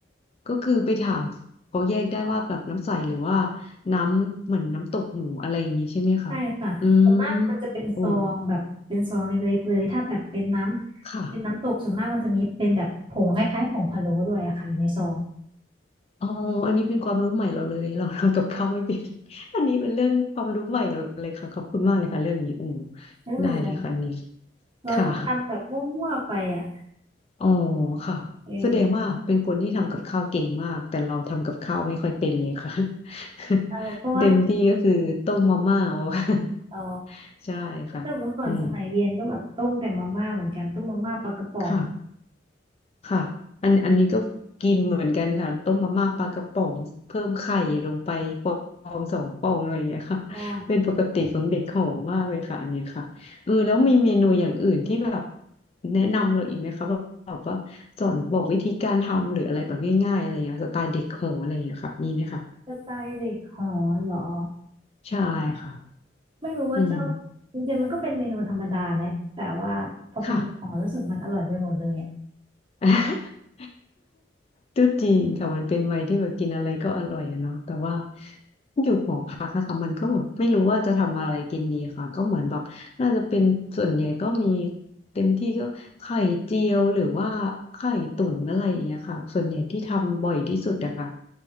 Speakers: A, on the left; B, on the right.
A: ก็คือไปถามเขาแยกได้ว่าแบบน้ำใสหรือว่าน้ำเหมือนน้ำตกหมูอะไรอย่างนี้ใช่ไหมคะอืม
B: ใช่ค่ะส่วนมากมันจะเป็นซองแบบเป็นซองเล็กๆเลยถ้าแบบเป็นน้ำเป็นน้ำตกส่วนมากมันจะมีเป็นแบบผงคล้ายๆผงพะโล้ด้วยอะค่ะอยู่ในซอง
A: โอ้ค่ะอ๋ออันนี้เป็นความรู้ใหม่เราเลยเราทำกับข้าวไม่เป็น <laughs> อันนี้เป็นเรื่องความรู้ใหม่เราเลยค่ะขอบคุณมากเลยค่ะเรื่องนี้อืม
B: ไม่เป็นไร
A: ได้เลยค่ะอันนี้
B: เราก็ทำแบบมั่วๆไปอะ
A: ค่ะ อ๋อค่ะแสดงว่าเป็นคนที่ทำกับข้าวเก่งมากแต่เราทำกับข้าวไม่ค่อยเป็นเลยค่ะ
B: เออเออเพราะว่า
A: <laughs> เต็มที่ก็คือต้มมาม่า <laughs> เอา
B: อ๋อ
A: <laughs> ใช่ค่ะอืม
B: แต่เมื่อก่อนสมัยเรียนก็แบบต้มแต่มาม่าเหมือนกันต้มมาม่าปลากระป๋อง
A: ค่ะ ค่ะอันอันนี้ก็กินเหมือนกันค่ะต้มมาม่าปลากระป๋องเพิ่มไข่ลงไปฟองสองฟองอะไรอย่างเงี้ยค่ะ <laughs>
B: ได้
A: เป็นปกติของเด็กหอมมากเลยค่ะอันเนี้ยค่ะเออแล้วมีเมนูอย่างอื่นที่แบบแนะนำเราอีกไหมคะแบบแบบว่าสอนบอกวิธีการทำหรืออะไรแบบง่ายๆอะไรอย่างเงี้ยสไตล์เด็กหออะไรอย่างเงี้ยค่ะมีไหมคะ
B: สไตล์เด็กหอเหรอ
A: ใช่ค่ะ
B: ไม่รู้ว่าชอบจริงๆมันก็เป็นเมนูธรรมดานะแต่ว่าพอเป็นเด็กหอรู้สึกมันอร่อยไปหมดเลยอ่ะ
A: อืมค่ะ <laughs> ก็จริงค่ะมันเป็นวัยที่แบบกินอะไรก็อร่อยอะเนาะแต่ว่าอยู่หอพักอะค่ะมันก็แบบไม่รู้ว่าจะทำอะไรกินดีค่ะก็เหมือนแบบน่าจะเป็นส่วนใหญ่ก็มีเต็มที่ก็ไข่เจียวหรือว่าไข่ตุ๋นอะไรอย่างเงี้ยค่ะส่วนใหญ่ที่ทำบ่อยที่สุดอะค่ะ